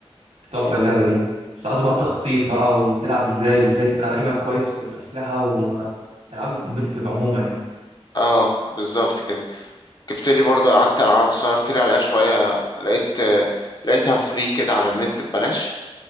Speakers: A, on the right (about 80°); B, on the left (about 40°).
A: تحفة
B: و-
A: اللعبة دي بس عاوز بقى تخطيط بقى وتلعب إزاي وإزاي تبقى قيمك كويس في الأسلحة وألعاب الكومبيتيتيف عموما يعني
B: اه بالظبط كده جبت لي برضو قعدت العب سهرت لي عليها شوية لقيت لقيتها فري كده على النت ببلاش